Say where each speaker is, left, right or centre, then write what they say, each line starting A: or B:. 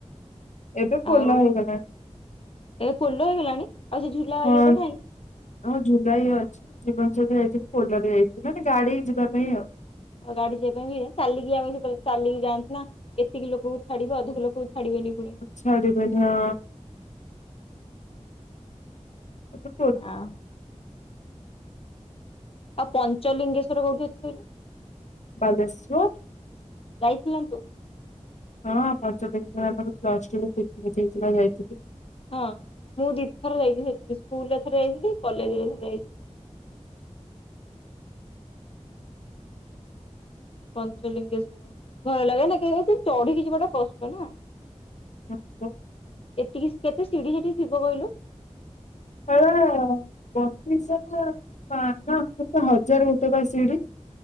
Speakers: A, on the left; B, on the left.
A: ଏବେ ପୋଲ
B: ଆଉ
A: ହେଇଗଲାଣି।
B: ଏବେ ପୋଲ ହେଇଗଲାଣି? ଆଉ ସେ ଝୁଲା
A: ହଁ।
B: ଇଏଟା ନାଁହିଁ?
A: ହଁ ଝୁଲା ବି ଅଛି ଯେତେବେଳେ ଯାଇଥିଲି ପୋଲରେ ଯାଇଥିଲି ମାନେ ଗାଡି ଯିବା ପାଇଁ ଆଉ।
B: ଆଉ ଗାଡି ଯିବା ପାଇଁ ବି ଚାଲିକି ଯାଉ ସେତେବେଳେ ଚାଲିକି ଯାଆନ୍ତି ନା। ଏତିକି ଲୋକ <inaudible> ଛାଡିବେ ଅଧିକ ଲୋକକୁ ଛାଡିବେନି ପୁଣି।
A: ଛାଡିବେନି ହଁ ହ <unintelligible>
B: ଆଁ, ଆଉ ପଞ୍ଚଲିଙ୍ଗେଶ୍ଵର କୋଉଠି ଅଛି କହିଲୁ?
A: ବାଲେଶ୍ଵର।
B: ଯାଇଥିଲନ୍ତୁ।
A: ହଁ ପଞ୍ଚଲିଙ୍ଗେଶ୍ଵର ଆମର ପ୍ଲସ୍ ଟୁରେ ପିକନିକ୍ ହେଇଥିଲା ଯାଇଥିଲୁ।
B: ହଁ ମୁଁ ଦିଥର ଯାଇଛି ସେଠିକି। ସ୍କୁଲରେ ଥରେ ଯାଇଥିଲି କଲେଜ ରେ ଥରେ ଯାଇଥିଲି। ପଞ୍ଚଲିଙ୍ଗେଶ୍ଵ ଭୟ ଲାଗେ ନା କାହିଁକିନା ଚଢିକି ଯିବାଟା କଷ୍ଟ ନା
A: ହଁ <unintelligible>
B: ଏତିକି କେତେ ସିଢି ସେଠି ଥିବ କହିଲୁ?
A: <unintelligible> ବତିଶହ ନା। ନା ନା କେତେ ହଜାରେ କେତେ ବା ସିଢି।